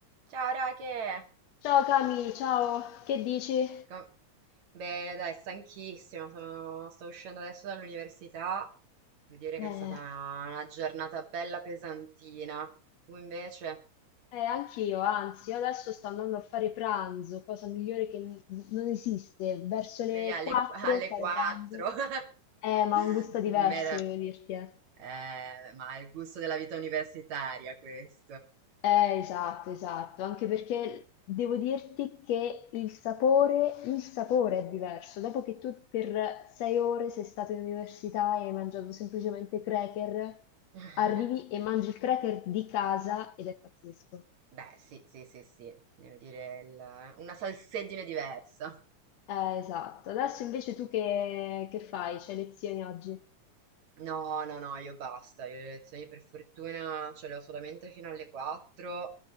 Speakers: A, on the right; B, on the left.
A: Ciao Rache!
B: Ciao Cami, ciao, che dici?
A: Com- Bene, dai, stanchissima, sono- sto uscendo adesso dall'università. Devo dire
B: Beh,
A: che è stata una giornata bella pesantina. Tu invece?
B: eh, anch'io, anzi, io adesso sto andando a fare pranzo, cosa migliore che n- non esiste, verso
A: Vedi
B: le
A: alle,
B: 4
A: qu- alle
B: fare
A: 4.
B: pranzo.
A: <laughs>
B: Eh, ma ha un gusto diverso,
A: Mer-
B: devo dirti, eh.
A: eh, ma è il gusto della vita universitaria questo.
B: Eh, esatto, esatto, anche perché devo dirti che il sapore, il sapore è diverso. Dopo che tu per sei ore sei stato in università e hai mangiato semplicemente cracker,
A: <laughs>
B: arrivi e mangi il cracker di casa ed è pazzesco.
A: Beh, sì, sì, sì, sì, devo dire il- una salsedine diversa.
B: Eh, esatto. Adesso invece tu che, che fai? C'hai lezioni oggi?
A: No, no, no, io basta, io le lezioni per fortuna ce le ho solamente fino alle 4